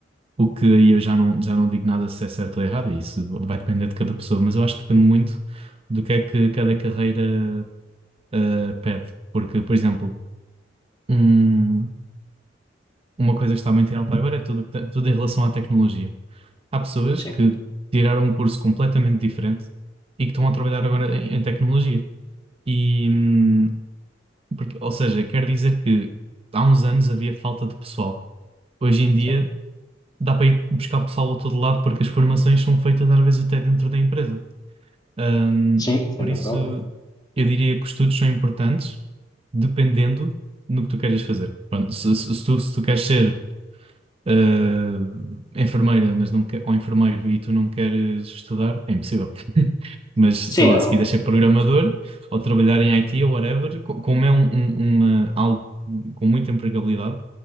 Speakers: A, on the right (about 30°); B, on the left (about 20°).
A: o que aí eu já não, já não digo nada se é certo ou errado, isso vai depender de cada pessoa, mas eu acho que depende muito do que é que cada carreira eh, pede, porque, por exemplo, um- uma coisa que está muito em alta agora é tudo, que tem- tudo em relação à tecnologia. Há pessoas
B: sim,
A: que tiraram um curso completamente diferente e que estão a trabalhar agora em em tecnologia. E, hum, porque- ou seja, quer dizer que há uns anos havia falta de pessoal. Hoje em dia
B: certo.
A: dá para ir buscar pessoal a todo lado porque as formações são feitas às vezes até dentro da empresa. Hum,
B: Sim, sem
A: por
B: dúvida
A: isso,
B: alguma.
A: eu diria que os estudos são importantes dependendo no que tu queres fazer. Pronto, se, se- se tu, se tu queres ser ah, enfermeira, mas não quer, ou enfermeiro e tu não queres estudar, é impossível. <laughs> Mas sei
B: Sim,
A: lá,
B: ah,
A: se quiseres ser programador ou trabalhar em IT ou whatever, co- como é um- um- uma, algo com muita empregabilidade